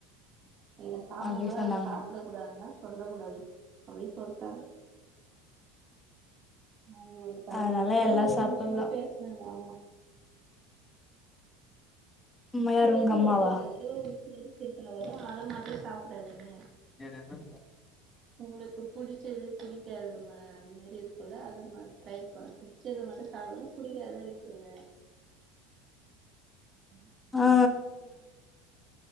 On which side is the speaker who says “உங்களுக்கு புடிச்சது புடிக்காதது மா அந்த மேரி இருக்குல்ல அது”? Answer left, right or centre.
Right